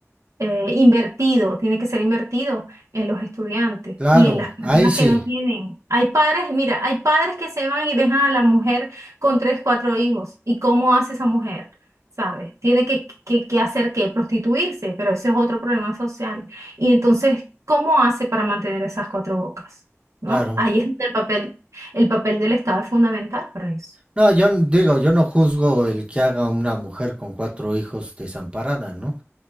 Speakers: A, on the right; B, on the right.
A: eh, invertido, tiene que ser invertido en los estudiantes
B: claro,
A: y en las personas
B: ahí sí,
A: que no tienen. Hay padres, mira, hay padres que se van y dejan a la mujer con tres, cuatro hijos. ¿Y cómo hace esa mujer? ¿Sabes? Tiene que, que, que hacer qué prostituirse, pero ese es otro problema social. Y entonces, ¿cómo hace para mantener esas cuatro bocas? ¿No?
B: claro.
A: Ahí es donde el papel, el papel del Estado es fundamental para eso.
B: No, yo n- digo, yo no juzgo el que haga una mujer con cuatro hijos desamparada, ¿no?